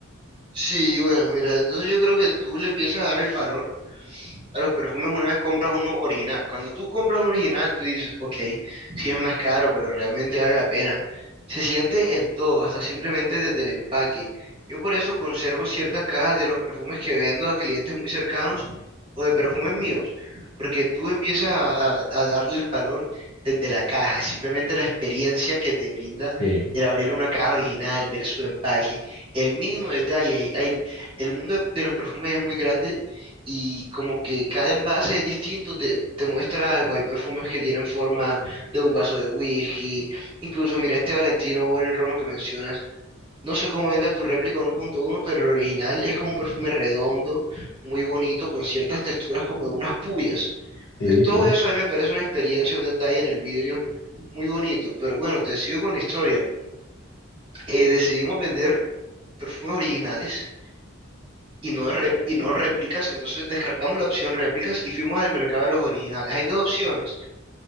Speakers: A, on the right; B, on the left.
A: Sí, bueno, mira, entonces yo creo que tú le empiezas a dar el valor. a los perfumes una vez compras uno original. Cuando tú compras un original, tú dices, ok, sí es más caro, pero realmente vale la pena. Se siente en todo, hasta simplemente desde el empaque. Yo por eso conservo ciertas cajas de los perfumes que vendo a clientes muy cercanos o de perfumes míos, porque tú empiezas a, a- a darle el valor desde la caja, simplemente la experiencia que te brinda
B: Sí,
A: el abrir una caja original, ver su empaque, el mínimo detalle. el, el mundo de de los perfumes es muy grande y como que cada envase es distinto, te, te muestra algo. Hay perfumes que tienen forma de un vaso de whisky. Incluso, mira, este Valentino Boring Roma que mencionas. No sé cómo venga tu réplica 1.1, pero el original es como un perfume redondo, muy bonito, con ciertas texturas como de unas puyas.
B: sí,
A: Entonces, todo
B: sí.
A: eso a mí me parece una experiencia, un detalle en el vidrio muy bonito. Pero bueno, te sigo con la historia. Eh, decidimos vender perfumes originales y no, rep- y no réplicas, entonces descartamos la opción réplicas y fuimos al mercado de los originales. Hay dos opciones,